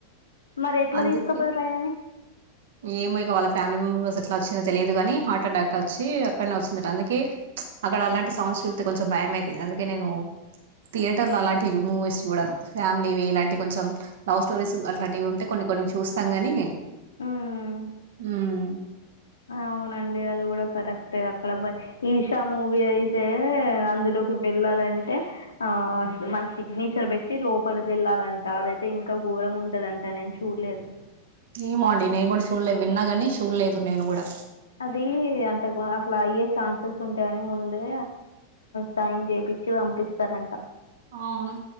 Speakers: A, on the left; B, on the right.
A: మరి ఎట్లా
B: అందుకే
A: తీసుకపోయారు ఆయనని
B: ఏమైకో వాళ్ళ ఫ్యామిలీ మెంబ ఎట్లా వచ్చినందో తెలిదు గాని హార్ట్ అటాక్ వచ్చి అక్కడనే వచ్చిందట అందుకే అక్కడ అలాంటి సౌండ్స్ చూతే కొంచెం భయం ఐతది అందుకే నేను థియేటర్ లో అలాంటి మూవీస్ చూడను, ఫ్యామిలీవి ఇలాంటి కొంచెం లవ్ స్టోరీస్ అట్లాంటివి ఉంటే కొన్ని కొన్ని చూస్తాం కాని
A: మ్మ్
B: మ్మ్
A: అవునండి అది కూడా కరెక్టే అక్కడ ఈషా మూవీ అయితే అందులోకి వెళ్ళాలంటే ఆ మన సిగ్నేచర్ పెట్టి లోపలికి వెళ్ళాలంట అదైతే ఇంకా ఘోరం ఉంటదంట నేను చూడలేదు
B: ఏమోండి నేను కూడా చూడలే విన్నాగాని చూడలేదు నేను కూడా
A: అది అంతకు అసలయ్యే ఛాన్సెస్ ఉంటే అది ముందే సైన్ చేపించి పంపిస్తారంట
B: అవును